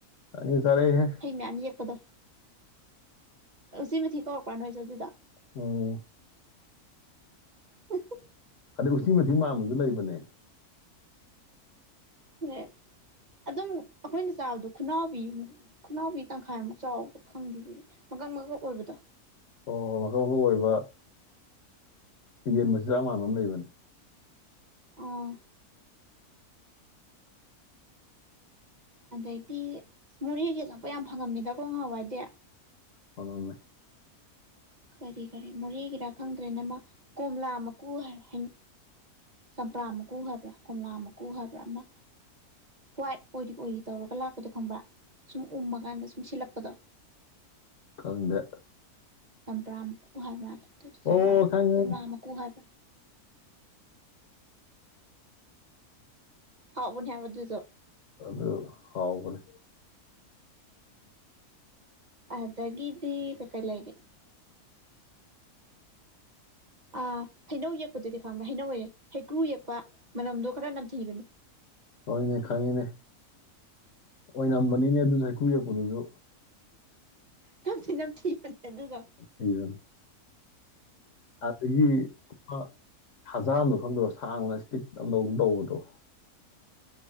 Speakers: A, on the left (about 55°); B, on the right (about 35°).
A: ꯆꯥꯅꯤꯡꯉꯦ ꯆꯥꯔꯛꯏꯍꯦ
B: ꯍꯩ ꯃꯌꯥꯝ ꯌꯦꯛꯄꯗꯣ ꯁꯤꯃꯤ ꯊꯀ ꯍꯔ ꯄꯅ ꯑꯣꯏꯖ ꯑꯗꯨꯗꯥ
A: ꯎꯝ
B: ꯎ <unintelligible> <inaudible>
A: ꯑꯗꯩ ꯎꯆꯤ ꯃꯊꯤ ꯃ ꯑꯃꯁꯁꯨ ꯂꯩꯕꯅꯦ
B: ꯍ <unintelligible> <inaudible> ꯑꯗꯨꯝ ꯑꯩꯈꯣꯏꯅ ꯆꯥꯕꯗꯣ ꯈꯨꯅꯥꯎꯕꯤ ꯑꯃꯨꯛ ꯈꯨꯅꯥꯎꯕꯤ ꯇꯪꯈꯥꯏꯃꯨꯛ ꯆꯥꯎꯕ ꯈꯪꯗꯦ ꯃꯀꯛ ꯃꯀꯛ ꯑꯣꯏꯕꯗꯣ
A: ꯑꯣ ꯃꯈꯀꯛ ꯃꯀꯨ ꯑꯣꯏꯕ ꯌꯦꯟ ꯃꯕꯁꯤ ꯆꯥꯛ ꯃꯥꯟꯕ ꯑꯃ ꯂꯩꯕꯅꯦ
B: ꯑꯥ ꯑꯗꯩꯗꯤ ꯃꯣꯔꯦꯒꯤ ꯑꯆꯧꯕꯄ ꯌꯥꯝ ꯐꯪꯉꯝꯃꯤꯗꯀꯣ ꯉꯍꯥꯎꯋꯥꯏꯗꯤꯦ
A: ꯍꯉꯃꯦ
B: ꯀꯔꯤ ꯀꯔꯤ ꯃꯣꯔꯦꯒꯤꯔꯥ ꯈꯪꯗ꯭ꯔꯦ ꯅꯃ ꯀꯣꯝꯂꯥ ꯃꯀꯨ ꯍꯩꯔ ꯍꯩꯟ ꯆꯝꯄ꯭ꯔꯥ ꯃꯀꯨ ꯍꯥꯏꯕ꯭ꯔꯥ ꯀꯣꯝꯂꯥ ꯃꯀꯨ ꯍꯥꯏꯕ꯭ꯔꯥ ꯑꯃ ꯍ꯭ꯋꯥꯏꯠ ꯑꯣꯏꯔꯤ ꯑꯣꯏꯔꯤ ꯇꯧꯔꯒ ꯂꯥꯛꯄꯗꯣ ꯈꯪꯕ꯭ꯔꯥ ꯁꯨꯝ ꯎꯝꯃꯒꯥꯟꯗ ꯁꯨꯝ ꯁꯤꯜꯂꯛꯄꯗꯣ
A: ꯈꯪꯗꯦ
B: ꯆꯝꯕ꯭ꯔꯝ ꯃꯀꯨ ꯍꯥꯏꯕ꯭ꯔꯥ ꯆ ꯆ ꯆꯝꯕꯔꯥ
A: ꯑꯣ ꯈꯪꯉꯦ
B: ꯀꯣꯝꯂꯥ ꯃꯀꯨ ꯍꯥꯏꯕ꯭ꯔꯥ ꯍꯥꯎ ꯎꯅꯤ ꯍꯥꯏꯕ ꯑꯗꯨꯗꯣ
A: ꯑꯗꯨ ꯍꯥꯎꯕꯅꯦ
B: ꯑꯗꯨꯒꯤꯗꯤ ꯀ ꯀꯩ ꯂꯩꯔꯦ ꯑ ꯍꯩꯅꯧ ꯌꯦꯛꯄꯗꯨꯗꯤ ꯈꯥꯝꯕ ꯍꯩꯅꯧꯑꯌꯦ ꯍꯩꯀ꯭ꯔꯨ ꯌꯦꯛꯄ ꯃꯅꯝꯗꯣ ꯈꯔ ꯅꯝꯊꯤꯕꯅꯤ
A: ꯍꯣꯏꯅꯦ ꯈꯪꯉꯤꯅꯦ ꯑꯣꯏꯅꯝꯕꯅꯤꯅꯦ ꯑꯗꯨꯖꯨ ꯍꯦꯛ ꯀꯨ ꯌꯦꯛꯄꯗꯨꯖꯨ
B: ꯊꯝꯊꯤ ꯄꯝꯊꯤꯕꯅꯦ ꯑꯗꯨꯗꯣ
A: ꯏꯕꯅꯤ ꯑꯗꯒꯤ ꯑ ꯍꯖꯥꯝ ꯗꯣ ꯈꯪꯗ꯭ꯔꯣ ꯁꯥꯡꯅ ꯏꯁꯇꯤꯛ ꯅꯪꯗꯧ ꯇꯧꯕꯗꯣ